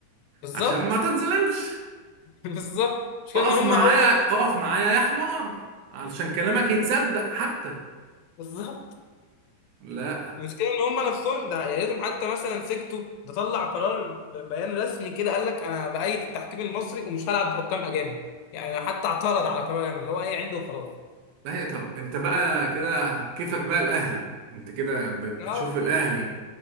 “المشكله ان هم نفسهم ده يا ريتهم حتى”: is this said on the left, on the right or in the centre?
Left